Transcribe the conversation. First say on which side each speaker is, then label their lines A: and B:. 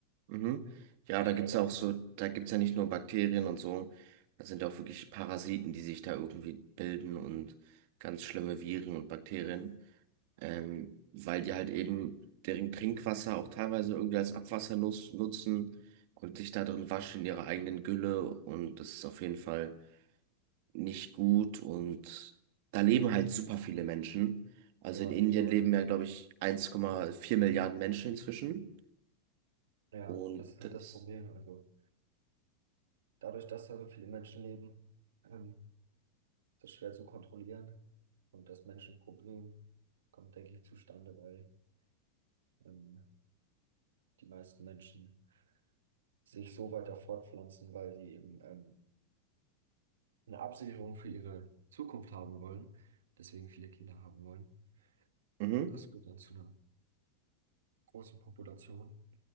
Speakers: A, on the right (about 55°); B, on the right (about 75°).
A: Mhm. Ja,
B: ich
A: da gibt's
B: glaube
A: ja
B: auch.
A: auch so, da gibt's ja nicht nur Bakterien und so, da sind ja auch wirklich Parasiten, die sich da irgendwie bilden und ganz schlimme Viren und Bakterien. ähm, weil die halt eben deren Trinkwasser auch teilweise irgendwie als Abwasser nus- nutzen und sich da drin waschen in ihrer eigenen Gülle und das ist auf jeden Fall nicht gut und da leben halt super viele Menschen. Also
B: Ja,
A: in Indien
B: ich glaube,
A: leben
B: das
A: ja,
B: ist
A: glaube
B: halt,
A: ich, 1,4 Milliarden Menschen inzwischen
B: ja,
A: und
B: das ist
A: das,
B: halt das Problem. Also, dadurch, dass da so viele Menschen leben, ähm, ist es schwer zu kontrollieren. Und das Menschenproblem kommt, denke ich, zustande, weil ähm, die meisten Menschen sich so weiter fortpflanzen, weil sie eben ähm, eine Absicherung für ihre Zukunft haben wollen, deswegen viele Kinder haben wollen.
A: mhm.
B: Das führt dann zu einer großen Population.